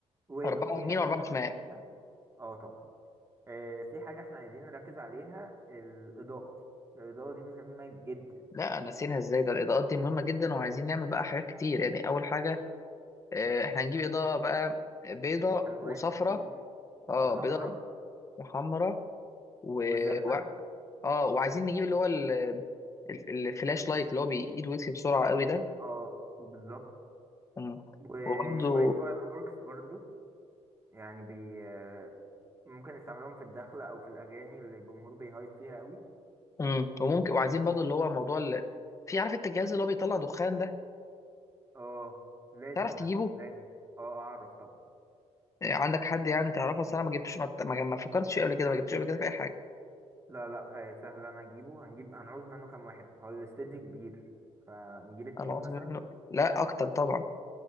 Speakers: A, on the right; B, on the left.
A: وفي
B: أربعة يمين
A: حاجة
B: وأربعة
A: احنا
B: شمال
A: نسيناها اه طبعا آه في حاجة احنا عايزين نركز عليها الإضاءة الإضاءة دي مهمة جدا
B: لا نسيناها ازاي ده الإضاءات دي مهمة جدا وعايزين نعمل بقى حاجات كتير يعني أول حاجة آه، احنا هنجيب إضاءة بقى بيضة
A: ألوان
B: وصفرة
A: كتير
B: اه
A: وحمرا
B: بيضة وحمرة و...
A: وزرقاء
B: و... اه وعايزين نجيب اللي هو ال... الف- الفلاش لايت اللي هو بيقيد ويطفي بسرعة قوي ده
A: اه بالظبط
B: مم.
A: وشوية
B: وبرضه
A: فاير ووركس برضو يعني بي آه، ممكن نستعملهم في الدخلة أو في الأغاني اللي الجمهور بيهايب فيها قوي
B: مم. وممكن وعايزين برضه اللي هو موضوع ال... في عارف انت الجهاز اللي هو بيطلع دخان ده
A: اه لازم
B: تعرف تجيبه
A: ده لازم اه أعرف طبعا
B: آه، عندك حد يعني تعرفه اصل انا ما جبتوش ما ما ما فكرتش فيه قبل كده ما جبتوش قبل كده في اي حاجه
A: لا لا آه سهل أنا أجيبه هنجيب هنعوز منه كام واحد هو الاستديو كبير فنجيب اتنين
B: انا عاوز
A: مثلا
B: منه لا اكتر طبعا